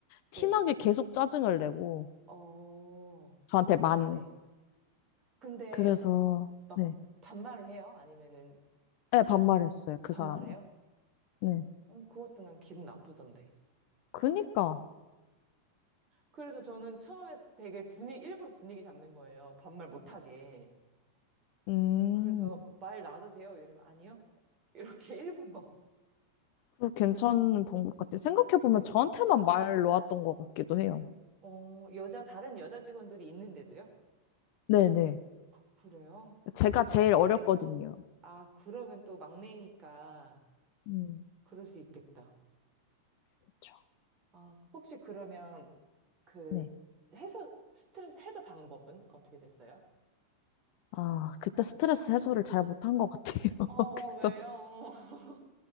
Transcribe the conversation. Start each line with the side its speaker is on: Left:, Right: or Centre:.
Right: 네.
Left: 티나게 계속 짜증을 내고,
Right: 어,
Left: 저한테 만.
Right: 네. 근데
Left: 그래서,
Right: 막
Left: 네,
Right: 반말을 해요? 아니면은
Left: 네,
Right: 그래도
Left: 반말했어요, 그
Right: 반말해요?
Left: 사람이. 네.
Right: 음, 그것도 난 기분 나쁘던데.
Left: 그니까,
Right: 그래서 저는 처음에 되게 분위기, 일부러 분위기 잡는 거예요. 반말 못하게.
Left: 음.
Right: 그래서 말 놔도 돼요? 이러면 아니요? 이렇게 <laughs> 일부러.
Left: 그 괜찮은 방법 같아요. 생각해보면
Right: 네.
Left: 저한테만 말 놓았던 것 같기도 해요.
Right: 어, 여자, 다른 여자 직원들이 있는데도요?
Left: 네네.
Right: 그래요?
Left: 제가 제일 어렸거든요.
Right: 네. 아, 그러면 또 막내니까
Left: 음,
Right: 그럴 수 있겠다.
Left: 그죠
Right: 아, 혹시 그러면 그
Left: 네.
Right: 해소, 스트레스 해소 방법은 어떻게 됐어요?
Left: 아, 그때 스트레스 해소를 잘 못한 것 같아요. <laughs>
Right: 어,
Left: 그래서
Right: 왜요? <laughs>